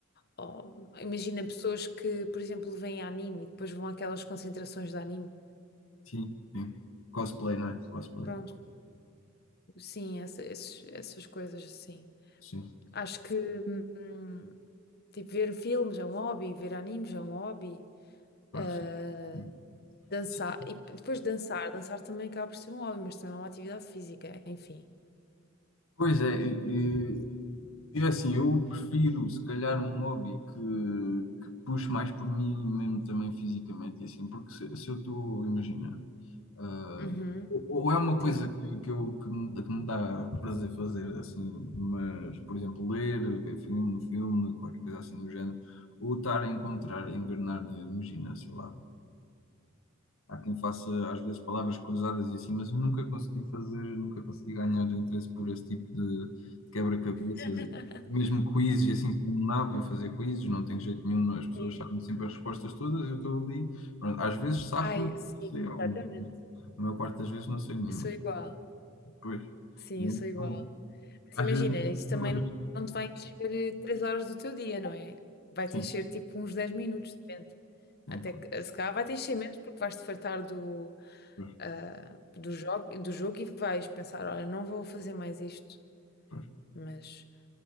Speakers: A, on the left; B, on the left.
A: ou- imagina pessoas que, por exemplo, veem anime e depois vão àquelas concentrações de anime.
B: Sim, sim. Cosplay, não é? Cosplay.
A: Pronto, sim, essa- esses- essas coisas assim.
B: Sim,
A: Acho que hum, tipo, ver filmes é um hobby, ver animes é um hobby.
B: claro
A: ah,
B: que sim. Hum.
A: dançar,
B: Sim,
A: e depois dançar, dançar também acaba por ser um hobby, mas também é uma atividade física, enfim.
B: Pois é, e, e assim, eu prefiro se calhar um hobby que, que puxe mais por mim mesmo também fisicamente, e assim, porque se, se eu estou, imagina, ah,
A: Uhum,
B: ou ou é uma coisa
A: sim.
B: que, que, eu, que, me, que me dá prazer fazer, assim, mas, por exemplo, ler, ver filme, um filme, qualquer coisa assim do género, ou estar a encontrar, engrenar, imagina, sei lá. Há quem faça às vezes palavras cruzadas e assim, mas eu nunca consegui fazer, nunca consegui ganhar interesse por esse tipo de, de quebra-cabeças
A: <laughs>
B: e mesmo quizzes e assim, sou um nabo em fazer quizzes, não tenho jeito nenhum, as pessoas
A: Sim.
B: sabem sempre as respostas todas, eu estou ali, pronto, às vezes safo-me,
A: Ai, sim,
B: sei
A: completamente.
B: algumas, mas a maior parte das vezes não sei nenhuma.
A: Eu sou igual.
B: Pois,
A: Sim,
B: e
A: eu
B: então,
A: sou igual. Mas
B: às
A: imagina,
B: vezes não,
A: isso também
B: não arrisco.
A: não não te vai encher eh, três horas do teu dia, não é? Vai-te
B: Sim,
A: encher tipo uns 10 minutos, depende.
B: tem
A: Até
B: claro.
A: que, eh, se calhar vai-te encher menos porque vais-te fartar do,
B: Pois,
A: ah, do, jogo, do jogo e vais pensar, olha, não vou fazer mais isto.
B: pois,
A: Mas,